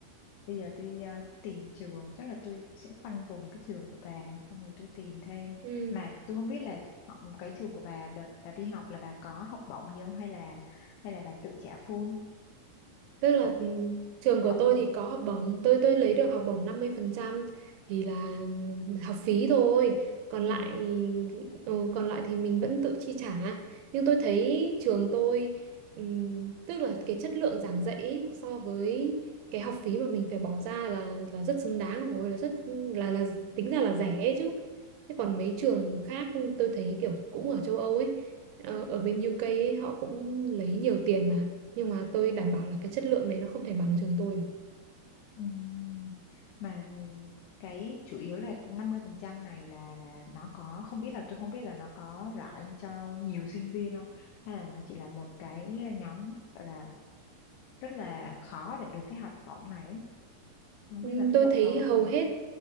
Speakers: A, on the left; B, on the right.
A: bây giờ tôi ờ, tìm trường chắc là tôi sẽ khoanh vùng cái trường của bà xong rồi tôi tìm thêm
B: Ừ.
A: mà tôi không biết là họ- cái trường của bà đợt bà đi học là bà có học bổng gì không hay là hay là bà tự trả full
B: tức là
A: học
B: ừ, trường của
A: học
B: tôi thì có học bổng tôi tôi lấy được học bổng 50% thì là học phí thôi còn lại
A: ừ.
B: ừ, còn lại thì mình vẫn tự chi trả nhưng tôi thấy trường tôi ừm, tức là cái chất lượng giảng dạy ấy, so với cái học phí mà mình phải bỏ ra là là rất xứng đáng rồi là rất là là tính ra là rẻ ấy chứ thế còn mấy trường khác tôi thấy kiểu cũng ở châu Âu ấy ờ, ở bên UK ấy, họ cũng lấy nhiều tiền nhưng mà tôi đảm bảo là cái chất lượng đấy nó không thể bằng trường tôi được.
A: Ừm, mà ừm, cái chủ yếu là 50% này là là nó có không biết là tôi không biết là nó có rải cho nhiều sinh viên không hay là nó chỉ là một cái ờ, nhóm gọi là rất là khó để được cái học bổng này á Tôi không
B: Ừm,
A: biết là cái
B: tôi
A: độ
B: thấy
A: khó
B: hầu
A: như nào
B: hết